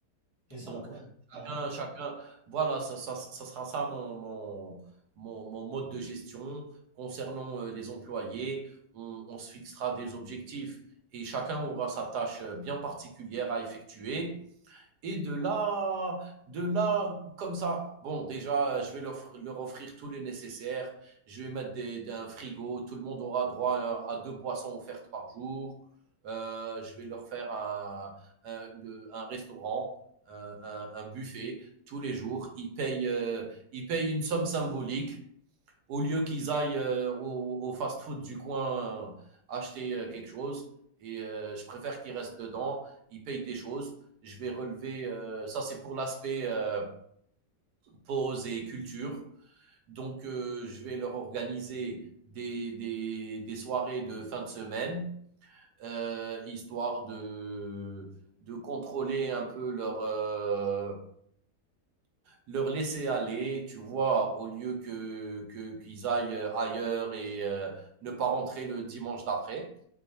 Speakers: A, on the left; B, on the right.
A: C'est ça,
B: Donc,
A: ouais, carrément.
B: chacun, chacun voilà, ça, ça, ça sera ça mon, mon, mon, mon mode de gestion. Concernant euh, les employés, on, on se fixera des objectifs et chacun aura sa tâche euh, bien particulière à effectuer. Et de là, de là, comme ça, bon, déjà, je vais leur, leur offrir tout le nécessaire. Je vais mettre des, des- un frigo. Tout le monde aura droit à, à deux boissons offertes par jour. Euh, je vais leur faire un, un- un restaurant, un, un- un buffet tous les jours. Ils payent, euh, ils payent une somme symbolique au lieu qu'ils aillent euh, au, au fast-food du coin euh, acheter euh, quelque chose. Et euh, je préfère qu'ils restent dedans, ils payent des choses. Je vais relever, euh, ça c'est pour l'aspect euh, pause et culture. Donc euh, je vais leur organiser des, des, des soirées de fin de semaine, euh, histoire de, de contrôler un peu leur, euh, leur laisser aller, tu vois, au lieu que que- qu'ils aillent euh, ailleurs et euh, ne pas rentrer le dimanche d'après.